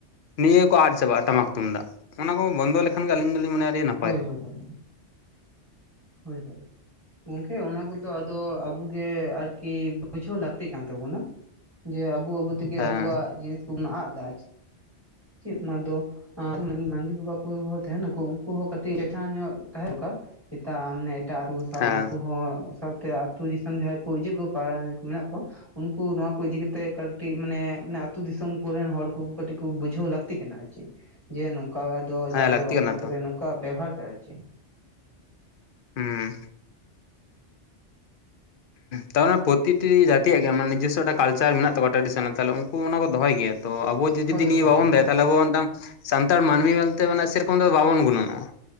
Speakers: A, on the left; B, on the right.
A: ᱱᱤᱭᱟᱹ ᱠᱚ ᱟᱫ ᱪᱟᱵᱟᱜᱼᱟ ᱴᱟᱢᱟᱠ ᱛᱩᱢᱫᱟᱜ ᱚᱱᱟ ᱠᱚ ᱵᱚᱱᱫᱚ ᱞᱮᱠᱷᱟᱱ ᱜᱮ ᱟᱞᱤᱧ ᱢᱟᱞᱤᱧ ᱢᱚᱱᱮᱭᱟ ᱟᱰᱤ ᱱᱟᱯ
B: ᱦᱳᱭ ᱦᱳᱭ ᱦᱳᱭ ᱦᱳᱭ ᱦᱳᱭ ᱜᱚᱝᱠᱮ ᱚᱱᱟ ᱠᱚ ᱫᱚ ᱟᱵᱩ ᱜᱮ ᱟᱨᱠᱤ ᱵᱩᱡᱷᱟᱹᱣ ᱞᱟᱹᱛᱤ ᱠᱟᱱ ᱛᱟᱵᱩᱱᱟ ᱡᱮ ᱟᱵᱩ - ᱟᱵᱩ ᱫᱚ ᱛᱮᱜᱮ
A: ᱦᱮᱸ
B: ᱟᱵᱚᱣᱟᱜ ᱡᱤᱱᱤᱥ ᱠᱚᱵᱚᱱ ᱟᱜ ᱮᱫᱟ ᱪᱮᱜ ᱚᱱᱟ ᱫᱚ ᱦᱟᱸ ᱢᱟᱹᱡᱷᱤ ᱵᱟᱵᱟ ᱠᱚᱦᱚᱸ ᱛᱟᱦᱮᱸᱱᱟᱠᱚ ᱩᱱᱠᱩ ᱦᱚᱸ ᱠᱟᱹᱴᱤᱜ ᱪᱮᱴᱷᱟ ᱧᱚᱜ ᱛᱟᱦᱮᱸ ᱫᱚᱨᱠᱟᱨ᱾ ᱛᱟ ᱢᱟᱱᱮ ᱮᱴᱟᱜ ᱟᱛᱩ ᱥᱟᱶ
A: ᱦᱮᱸ
B: ᱩᱱᱠᱩ ᱦᱚᱸ ᱥᱟᱶᱛᱮ ᱟᱛᱩ ᱫᱤᱥᱚᱢ ᱡᱟᱦᱟᱸᱭ ᱠᱚ ᱤᱡᱟᱹᱜ ᱠᱚ ᱯᱟᱲᱟᱣ ᱧᱚᱜ ᱠᱚ ᱢᱮᱱᱟᱜ ᱠᱚᱣᱟ᱾ ᱩᱱᱠᱩ ᱱᱚᱣᱟ ᱠᱚ ᱤᱫᱤ ᱠᱟᱛᱮᱜ ᱠᱟᱹᱴᱤᱡ ᱢᱟᱱᱮ ᱟᱹᱛᱩ ᱫᱤᱥᱚᱢ ᱠᱚᱨᱮᱱ ᱦᱚᱲ ᱠᱚ ᱠᱟᱹᱴᱤᱡ ᱠᱚ ᱵᱩᱡᱷᱟᱹᱣ ᱞᱟᱹᱠᱛᱤ ᱠᱟᱱᱟ ᱟᱨ ᱪᱮᱫ ᱡᱮ ᱱᱚᱝᱠᱟ ᱫᱚ
A: ᱦᱮᱸ
B: ᱡᱟᱦᱟᱸ ᱠᱚᱨᱮ
A: ᱞᱟᱹᱠᱛᱤ
B: ᱵᱟᱯᱞᱟ
A: ᱠᱟᱱᱟ
B: ᱠᱚᱨᱮ
A: ᱛᱚ
B: ᱱᱚᱝᱠᱟ ᱵᱮᱵᱚᱦᱟᱨ ᱴᱟ ᱫᱚ ᱪᱮᱫ ᱾
A: ᱦᱩᱸ ᱛᱟᱨ ᱢᱟᱱᱮ ᱯᱨᱚᱛᱤ ᱴᱤ ᱜᱮ ᱡᱟᱹᱛᱤᱭᱟᱜ ᱜᱮ ᱢᱟᱱᱮ ᱱᱤᱡᱤᱥᱚ ᱴᱟ ᱠᱟᱞᱪᱟᱨ ᱢᱮᱱᱟᱜ ᱛᱟᱠᱚᱣᱟ ᱴᱨᱟᱰᱤᱥᱚᱱᱟᱞ ᱛᱟᱦᱞᱮ ᱩᱱᱠᱩ ᱩᱱᱠᱩ ᱚᱱᱟ ᱠᱚ ᱫᱚᱦᱚᱭ ᱜᱮᱭᱟ ᱛᱚ ᱟᱵᱩᱡ ᱡᱩᱫᱤ
B: ᱦᱳᱭ
A: ᱱᱤᱭᱟᱹ
B: ᱦᱳᱭ
A: ᱵᱟᱵᱚᱱ
B: ᱦᱳᱭ
A: ᱫᱚᱦᱚᱭᱟ ᱛᱟᱦᱞᱮ ᱟᱵᱚ ᱢᱤᱫᱴᱟᱱ ᱥᱟᱱᱛᱟᱲ ᱢᱟᱹᱱᱢᱤ ᱢᱮᱱ ᱛᱮ ᱢᱟᱱᱮ ᱥᱮᱨᱚᱠᱚᱢ ᱫᱚ ᱵᱟᱵᱚᱱ ᱜᱩᱱᱚᱹᱱᱚᱜᱼᱟ᱾